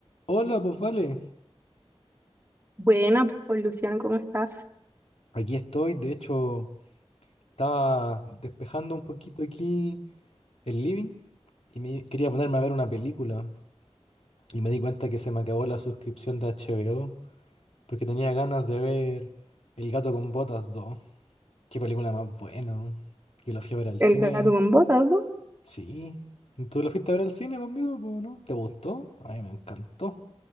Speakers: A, on the left; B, on the right.
A: Hola, pues vale.
B: Buena, pues Luciano, ¿cómo estás?
A: Aquí estoy, de hecho, estaba despejando un poquito aquí el living y me quería ponerme a ver una película y me di cuenta que se me acabó la suscripción de HBO porque tenía ganas de ver El gato con botas dos. Qué película más buena. ¿no? Yo la fui a ver al
B: El
A: cine.
B: gato con botas, ¿no?
A: Sí. ¿Tú la fuiste a ver al cine conmigo, pues, no? ¿Te gustó? A mí me encantó.